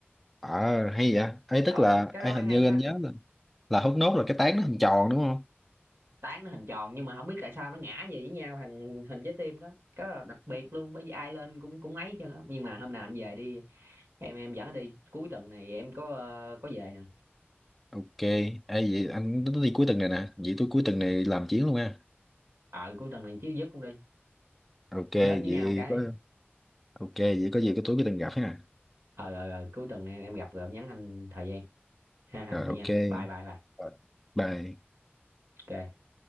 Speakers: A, in the centre; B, on the right.
A: à hay vậy ấy tức
B: ờ
A: là
B: cái
A: ấy
B: đó mới
A: hình
B: hay
A: như
B: đó
A: anh nhớ là là hút nốt là cái tán nó hình tròn đúng không
B: tán nó hình tròn nhưng mà không biết tại sao nó ngã về với nhau thành hình trái tim đó cái đó là đặc biệt luôn bởi vì ai lên cũng cũng ấy chứ nhưng mà hôm nào anh về đi em em dẫn anh đi cuối tuần này em có ờ, có về nè
A: ok ấy vậy anh nó đi cuối tuần này nè vậy tôi cuối tuần này làm chuyến luôn ha
B: ờ cuối tuần này chứ dứt cũng đi
A: ok
B: đến với
A: vậy
B: nhau một cái
A: có ok vậy có gì cái tối cuối tuần gặp ha
B: ờ ờ ờ, cuối tuần em, em gặp rồi em nhắn anh thời gian ha ha
A: rồi
B: vậy
A: ok
B: nha bye bye bye
A: Rồi, bye
B: ok